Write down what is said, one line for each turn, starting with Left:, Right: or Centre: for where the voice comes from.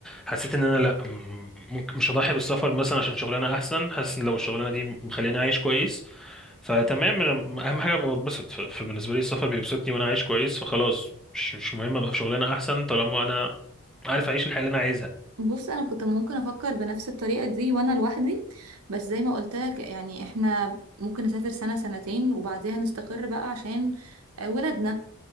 Centre: حسيت ان انا لا م- ممكن مش هضحي بالسفر مثلا عشان شغلانه احسن حاسس ان لو الشغلانه دي مخليني عايش كويس فتمام أنا اهم حاجه ابقى بتبسط ف- فبالنسبه لي السفر بيبسطني وانا عايش كويس فخلاص مش مش مهم ابقى في شغلانه احسن طالما انا عارف اعيش الحياه اللي انا عايزها
Right: بص أنا كنت ممكن أفكر بنفس الطريقة دي وأنا لوحدي بس زي ما قلت لك يعني احنا ممكن نسافر سنة سنتين وبعدها نستقر بقى عشان آه، ولادنا